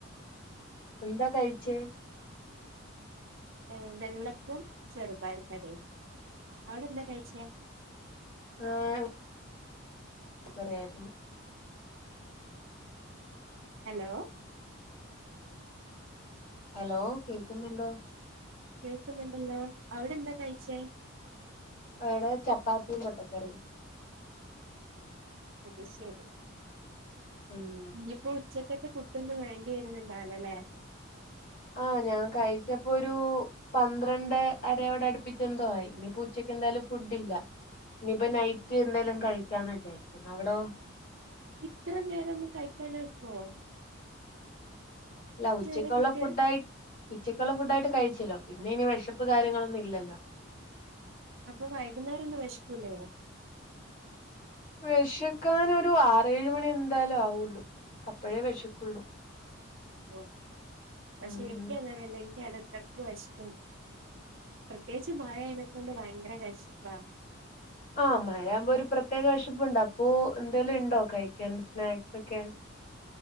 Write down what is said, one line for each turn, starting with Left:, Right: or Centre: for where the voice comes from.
Left: എന്താ കഴിച്ചേ?
Right: ഏ വെള്ളപ്പം ചെറുപയർ കറിയും അവിടെ എന്താ കഴിച്ചെ?
Left: അഹ് എന്തുപറയാനാ
Right: ഹലോ
Left: ഹലോ കേൾക്കുന്നുണ്ടോ?
Right: കേൾക്കുന്നുണ്ടല്ലോ അവിടെ എന്താ കഴിച്ചേ?
Left: ഇവിടെ ചപ്പാത്തി മുട്ടക്കറി
Right: അത് ശരി
Left: ഉം
Right: ഇനിയിപ്പോ ഉച്ചക്കത്തൊ ഫുഡ് ഒന്നും വേണ്ടി വരുന്നുണ്ടാവലല്ലേ
Left: അഹ് ഞാൻ കഴിച്ചപ്പോരു പന്ത്രണ്ട് അരയോടെ അടുപ്പിച്ചെന്തോ ആയി ഇനി ഉച്ചക്ക് എന്തായാലും ഫുഡ് ഇല്ല. ഇനിയിപ്പ നൈറ്റ് എന്തെലും കഴിക്കാന്ന വിജരിക്കുന്നു അവിടോ?
Right: ഇത്ര നേരം ഒന്നു കഴിക്കാണ്ട് നിക്കോ
Left: അല്ല ഉച്ചയ്ക്കുള്ള
Right: വരെ ഫുഡ്
Left: ഫുഡ്ഡായി ഉച്ചയ്ക്കുള്ള ഫുഡ്ഡായിട്ട് കഴിച്ചല്ലോ പിന്നെ എനി വിഷപ്പ് കാര്യങ്ങളൊന്നു ഇല്ലല്ലോ
Right: അപ്പൊ വൈകുന്നേരം ഒന്നും വെശക്കുലെ
Left: വെശക്കാൻ ഒരു ആറേഴ് മണി എന്തായാലും ആവുള്ളൂ അപ്പോഴേ വെശക്കുള്ളൂ.
Right: ഓ പക്ഷെ
Left: ഉം
Right: എനിക്ക് അങ്ങനെല്ല എനിക്ക് എടക്കടക്ക് വെശക്കും. പ്രത്യേകിച്ച് മഴ ആയതുക്കൊണ്ട് ഭയങ്കര വിശപ്പ
Left: ആഹ് മഴയാവുമ്പോ ഒരു പ്രത്യേക വിഷപ്പുണ്ട അപ്പൊ എന്തേലും ഉണ്ടോ കഴിക്കാൻ സ്നാക്സ് ഒക്കെ